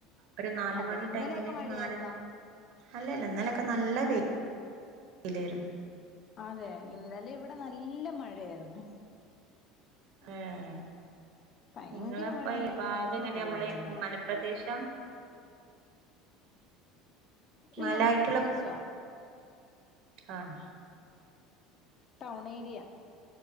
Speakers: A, on the right; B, on the left.
A: ഒരു നാലുമണി
B: അതെ ഇന്നലെയൊക്കെ
A: ടൈമില്
B: മഴയായിരുന്നോ
A: നാലര അല്ലല്ല ഇന്നലൊക്കെ നല്ലേ തെ ഇല്ലാരുന്നു
B: അതെ ഇന്നലെ ഇവിടെ നല്ല മഴയാരുന്നു
A: ഏഹ്
B: ഭയങ്കര
A: നിങ്ങളപ്പ
B: മഴന്ന്
A: ഈ
B: പറഞ്ഞ
A: ഭാത്
B: ഭയങ്കര
A: എങ്ങനെയ
B: മഴയായിരുന്നു
A: നമ്മളെ
B: ഇന്നലെ
A: മലപ്രദേശാ മലായിട്ടുള്ള
B: ഇല്ല നാട്ട് പ്രദേശ്യ
A: ആഹ്
B: ടൗൺ ഏരിയ